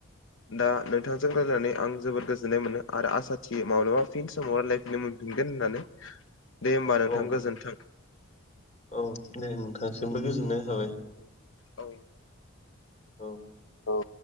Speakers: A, on the left; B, on the left.
A: दा नोंथांजों रायजलायनानै आं जोबोद गोजोननाय मोनो आरो आसा थि माब्लाबा फिन समाव रायज्लायफिननो मोनगोन मोनगोन होननानै।
B: <inaudible>
A: दे होमबा नोंथां
B: औ
A: गोजोन्थों।
B: औ दे नोंथांसिमबो गोजोननाय थाबाय।
A: औ
B: औ।
A: औ।